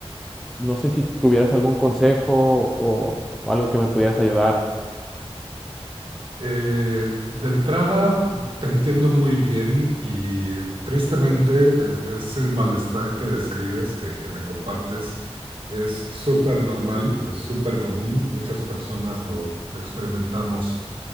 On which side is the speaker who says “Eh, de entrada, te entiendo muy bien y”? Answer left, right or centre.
Right